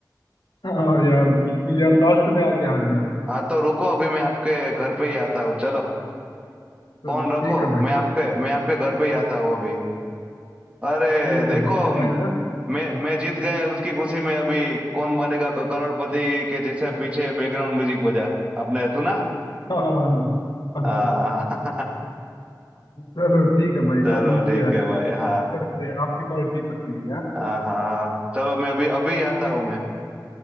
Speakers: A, on the left (about 85°); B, on the right (about 15°).
A: हाँ यार बिल्कुल यार लास्ट में आके हार गया मैं
B: हाँ तो रुको अभी मैं आपके घर पे ही आता हूँ चलो
A: चलो
B: फोन
A: ठीक
B: रखो
A: है भाई
B: मैं
A: ठीक
B: आपके
A: है
B: मैं आपके घर पे ही
A: ओके
B: आता हूँ अभी अरे
A: ठीक है
B: देखो
A: भाई बाय हाँ
B: मैं मैं जीत गया उसकी खुशी में अभी कौन बनेगा क- करोड़पति के जैसे पीछे बैकग्राउंड म्यूजिक बजा आपने सुना
A: हाँ हाँ हाँ हाँ। हाँ,
B: हाँ
A: हाँ।
B: <laughs>
A: चलो ठीक है भाई
B: चलो
A: हाँ मिलते
B: ठीक
A: हैं
B: है भाई हाँ
A: करते हैं आपकी पार्टी पक्की हुई है हाँ?
B: हाँ हाँ हाँ। चलो मैं अभी अभी आता
A: ठीक
B: हूँ मैं